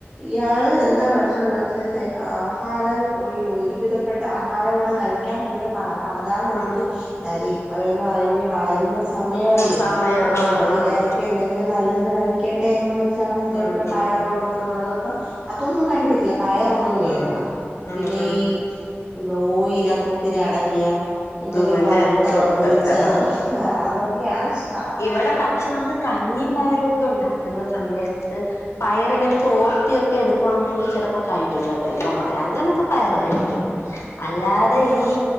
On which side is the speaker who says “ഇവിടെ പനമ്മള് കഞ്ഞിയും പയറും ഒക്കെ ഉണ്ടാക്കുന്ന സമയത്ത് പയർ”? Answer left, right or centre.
Left